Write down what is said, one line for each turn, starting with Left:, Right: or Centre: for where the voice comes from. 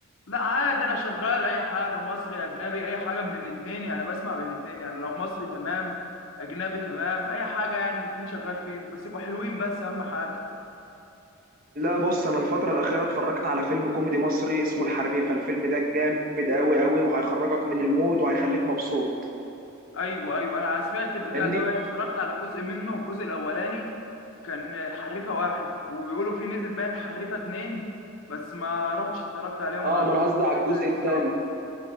Left: لا عادي انا شغال اي حاجة مصري اجنبي اي حاجة من الاتنين يعني بسمع من الاتنين يعني لو مصري تمام اجنبي تمام اي حاجة يعني الاتنين شغال فيهم بس يبقوا حلوين بس اهم حاجة
Right: لا بص انا الفترة الاخيرة اتفرجت على فيلم كوميدي مصري اسمه الحريفة الفيلم ده جامد قوي قوي وهيخرجك من المود وهيخليك مبسوط
Left: ايوه ايوه انا سمعت البتاع
Right: فاهمني
Left: ده بقى اتفرجت على جزء منه الجزء الاولاني كان الحريفه واحد وبيقولوا في نزل بقى الحريفه اتنين بس ما رحتش اتفرجت عليهم وما
Right: اه
Left: عرفتش
Right: ما انا قصدي على الجزء
Left: ايه الصراحه
Right: الثاني